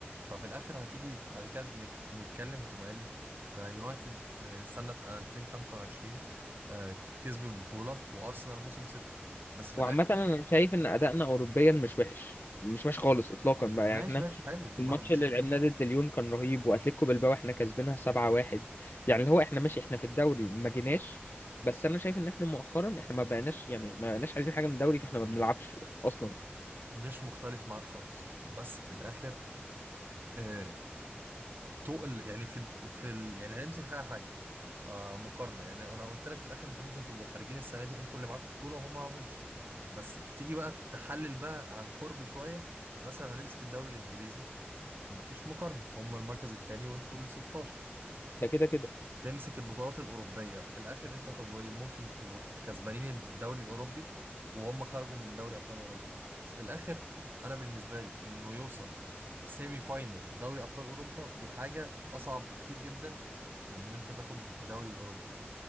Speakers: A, on the right; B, on the left.
A: ففي الاخر هتيجي بعد كده نك- نتكلم هتقوم قايل لي ده يونايتد في سنه 2025 آه، كسب البطوله وارسنال موسم صفر بس في
B: وعامة
A: الاخر
B: أنا شايف إن أدائنا أوروبيا مش وحش مش وحش خالص إطلاقا بقى
A: ماشي
B: يعني إحنا
A: ماشي حلو ما
B: الماتش
A: مش
B: اللي لعبناه ضد ليون كان رهيب وأتلتيكو بالباو إحنا كسبينها سبعة واحد يعني اللي هو إحنا ماشي إحنا في الدوري ما جيناش بس أنا شايف إن إحنا مؤخرا إحنا ما بقيناش يعني ما بقيناش عايزين حاجة من الدوري فإحنا ما بنلعبش يعني أصلا
A: مش مختلف معاك خالص بس في الاخر آه، تقل يعني في الد- في ال... يعني هنمسك حاجه حاجه آه مقارنه يعني انا قلت لك في الاخر انتوا ممكن تبقوا خارجين السنه دي انتوا اللي معاكم بطوله وهم معاهمش بس تيجي بقى تحلل بقى عن قرب شويه مثلا هنمسك الدوري الانجليزي مفيش مقارنه هم المركز الثاني وانتوا ال 16
B: ده كده كده
A: تمسك البطولات الأوروبية في الآخر أنت طب وإيه ممكن تبقوا كسبانين الدوري الأوروبي وهم خرجوا من دوري أبطال أوروبا بس في الآخر أنا بالنسبة لي إنه يوصل سيمي فاينل دوري أبطال أوروبا دي حاجة أصعب بكتير جدا من إن أنت تاخد الدوري الأوروبي